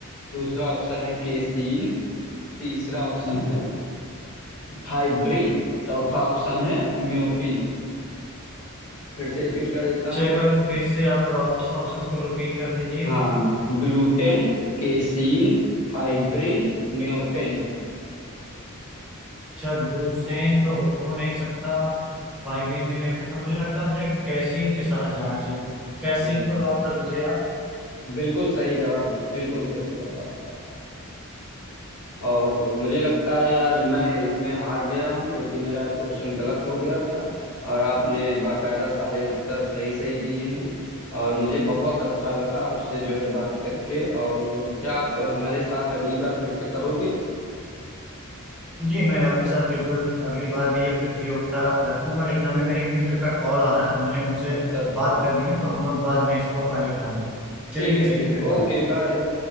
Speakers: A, on the left; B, in the centre.
A: दूसरा ऑप्शन है केसीन तीसरा ऑप्शन
B: हम्म।
A: है फाइब्रिन चौथा ऑप्शन है म्योपिन फिर से रिपीट कर देता
B: अच्छा
A: हूँ
B: एक बार फिर से आप ऑप्शंस को रिपीट कर दीजिए
A: हाँ ग्लूटेन केसीन फाइब्रिन म्योपेन
B: अच्छा ब्यूसेन तो हो नहीं सकता फाइवीन भी नहीं हो सकता मुझे लगता है मुझे कैसीन के साथ जाना चाहिए कैसीन
A: हम्म
B: को लॉक कर दीजिए आप
A: बिल्कुल सही जवाब है बिल्कुल सही जवाब आपका और मुझे लगता है यार मैं इसमें हार गया हूँ क्योंकि मेरा क्वेश्चन गलत हो गया था और आपने बाकायदा सारे उत्तर सही सही दिए हैं और मुझे बहुत अच्छा लगा आपसे जो है बात करके और क्या आप हमारे साथ अगली बार फिर से करोगे
B: जी मैं आपके साथ बिल्कुल अगली बार भी ये प्रतियोगिता रखूंगा लेकिन अभी मेरे एक मित्र का कॉल आ रहा है तो मुझे उनसे
A: अच्छा अच्छा
B: बात करनी है तो हम लोग बाद में इसको आगे बढ़ाएंगे चलिए
A: ठीक है
B: ठीक
A: ठीक
B: है फिर
A: ओके
B: बाय
A: बाय